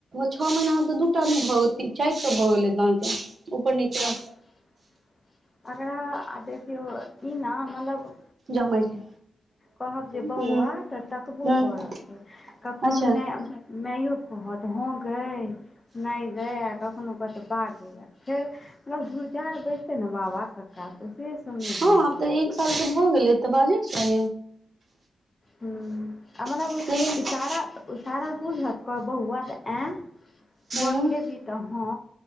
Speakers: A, on the right; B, on the left.
A: छः महीनामे तऽ दूटा भऽ चारि टा भऽ गेलै द ऊपर नीचा।
B: अच्छा एकरा देखियौ ई ने मतलब
A: जमै छै
B: कहब जे
A: हूँ
B: बौआ तऽ तकबो
A: हूँ
B: करत, कखनो
A: अच्छा
B: मऽ मइयो कहत हँ, गय। नहि भय, कखनो कऽ तऽ पाँच मिनट फेर झुरजार करतै ने। बाबा-कका तऽ से समय
A: हँ
B: बोलै।
A: आब तऽ एक साल के भऽ गेलै तऽ बाजै छै
B: ह आरा
A: लेकिन
B: इसार इसारा बुझत कहब बौआ तऽ ए बौआ
A: हूँ
B: खेबी तऽ हँ।